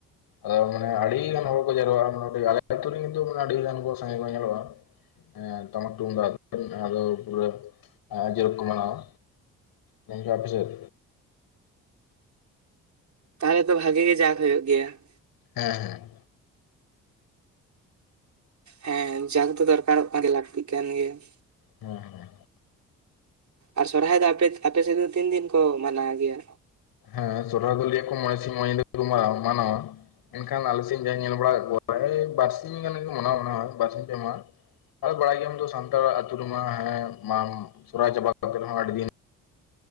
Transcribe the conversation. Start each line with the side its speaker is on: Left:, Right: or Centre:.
Left: ᱟᱫᱚ ᱢᱟᱱᱮ ᱟᱹᱰᱤ ᱜᱟᱱ ᱦᱚᱲ ᱠᱚ ᱡᱟᱨᱣᱟᱜ-ᱟ ᱟᱞᱮ ᱟᱹᱛᱩ ᱨᱮ ᱠᱤᱱᱛᱩ ᱢᱟᱱᱮ ᱟᱹᱰᱤ ᱜᱟᱱ ᱠᱚ ᱥᱟᱸᱜᱮ ᱠᱚ ᱧᱮᱞᱚᱜᱼᱟ ᱾ ᱦᱮᱸᱴᱟᱢᱟᱠ ᱛᱩᱢᱫᱟ ᱟᱫᱚ ᱯᱩᱨᱟᱹ ᱡᱳᱨ ᱠᱚ ᱢᱟᱱᱟᱣᱟ᱾ ᱜᱚᱢᱠᱮ ᱟᱯᱮ ᱥᱮᱫ
Right: ᱛᱟᱦᱚᱞᱮ ᱛᱚ ᱵᱷᱟᱜᱮ ᱜᱮ ᱡᱟᱸᱠ ᱦᱩᱭᱩᱜ ᱜᱮᱭᱟ ᱾
Left: ᱦᱮᱸ ᱦᱮᱸ᱾
Right: ᱦᱮᱸ ᱡᱟᱸᱠ ᱫᱚ ᱫᱚᱨᱠᱟᱨᱚᱜ ᱠᱟᱱ ᱜᱮ ᱞᱟᱹᱠᱛᱤᱜ ᱠᱟᱱ ᱜᱮ ᱾
Left: ᱦᱩᱸ ᱦᱩᱸ
Right: ᱟᱨ ᱥᱚᱨᱦᱟᱭ ᱫᱚ ᱟᱯᱮ ᱥᱮᱫ ᱫᱚ ᱛᱤᱱ ᱫᱤᱱ ᱠᱚ ᱢᱟᱱᱟᱣ ᱜᱮᱭᱟ?
Left: ᱦᱮᱸ ᱥᱚᱦᱚᱨᱟᱭ ᱫᱚ ᱞᱤᱭᱟᱹ ᱠᱚ ᱢᱚᱬᱮᱸ ᱥᱤᱝ ᱢᱚᱬᱮᱸ ᱧᱤᱫᱟᱹ ᱠᱚ ᱢᱟᱱᱟᱣᱟ ᱾ ᱢᱮᱱ ᱠᱷᱟᱱ ᱟᱞᱮ ᱥᱮᱫ ᱡᱟᱦᱟᱸᱭ ᱧᱮᱞ ᱵᱟᱲᱟ ᱠᱟᱫ ᱠᱚᱣᱟ ᱵᱟᱨᱥᱤᱧ ᱜᱟᱱ ᱜᱮ ᱠᱚ ᱢᱟᱱᱟᱣᱟ ᱵᱟᱨ ᱥᱤᱧ ᱯᱮ ᱢᱟᱦᱟ ᱾ ᱟᱫᱚ ᱵᱟᱲᱟᱭᱜᱮᱭᱟᱢ ᱫᱚ ᱥᱟᱱᱛᱟᱲᱟ ᱟᱹᱛᱩ ᱨᱮᱢᱟ ᱦᱮᱸ ᱢᱟ ᱥᱚᱨᱚᱦᱟᱭ ᱪᱟᱵᱟ ᱠᱟᱛᱮ ᱦᱚᱸ ᱟᱹᱰᱤ ᱫᱤᱱ